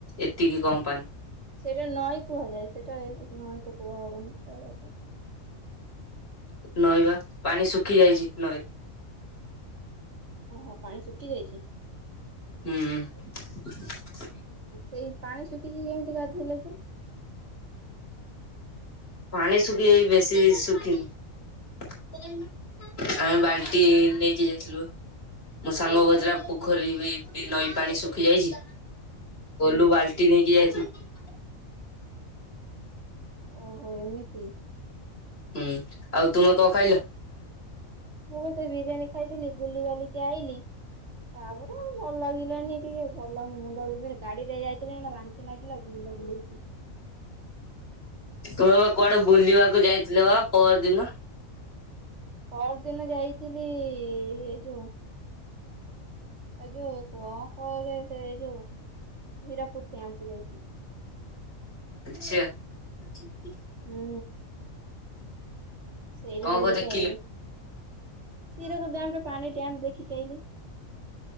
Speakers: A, on the left; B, on the right.
A: ଏତିକି କମ୍ <unintelligible>
B: ସେଇଟା ନଈଁ କୁହାଯାଏ, ସେଟା ନଈଁ ତ କୁହାହବନି ସେଟା।
A: ନଈବା, ପାଣି ଶୁଖି ଯାଇଚି ନଈ
B: ଓହୋ, ପାଣି ଶୁକି ଯାଇଚି?
A: ହୁଁ।
B: ସେଇ ପାଣି ଶୁଖିଚି କେମ୍ତି ଗାଧୋଇଲେ ଯେ?
A: ପାଣି ଶୁଖି ଯାଇ ବେଶୀ ଶୁଖିନି ଆମେ ବାଲ୍ ଟି ନେଇକି ଯାଇଥିଲୁ ବା। ମୋ ସାଙ୍ଗ କହିଥିଲା ପୋଖରୀ <unintelligible> ନଈ ପାଣି ଶୁଖି ଯାଇଚି,
B: ହୁଁ।
A: ଗଲୁ ବାଲ୍ ନେଇକି <unintelligible>
B: ଓହୋ ଏମିତି?
A: ହୁଁ, ଆଉ ତୁମେ କ ଖାଇଲ?
B: ମୁଁ ବି ତ ବିରିୟାନୀ ଖାଇଥିଲି, ବୁଲିି ବାଲିକି ଆଇଲିି। ତାପରେ ଆଉ ଭଲ୍ ଲାଗିଲାନି ଟିକେ ଭଲ୍ ଲାଗୁନି ମୁଣ୍ଡ ବି ଗାଡି ରେ ଯାଇଥିଲି ଏଇନା ବା ସେଥିଲାଗି ଲ ମୁଣ୍ଡ ବୁଲଉଛି।
A: ତୁ ବା କୁଆଡେ ବୁଲିବାକୁ ଯାଇଥିଲ ବା ପର ଦିନ।
B: ପର ଦିନ ଯାଇଥିଲି ଏ ଯୋଉ ଏ ଯୋଉ କଣ କୁହାଯାଏ ସେ ଏଇ ଯୋଉ ହୀରାକୁଦ୍ ଡ୍ୟାମକୁୁ ଯାଇଥିଲି।
A: ଆଛା। <inaudible>
B: ହୁଁ ସେଇଠି
A: କଣ
B: ବୁଲିକି
A: କଣ ଦେଖିଲ?
B: ଆଇଲିି। ହୀରାକୁଦ ଡ୍ୟାମରେ ପାଣି ଡ୍ୟାମ୍ ଦେଖିକି ଆଇଲି।